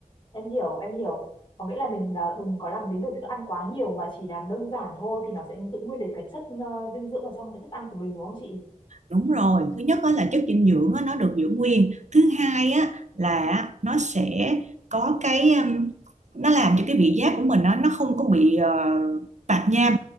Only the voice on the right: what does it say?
Đúng rồi, thứ nhất á là chất dinh dưỡng á, nó được giữ nguyên. Thứ hai á là nó sẽ có cái um, nó làm cho cái vị giác của mình á, nó không có bị ờ, tạp nham.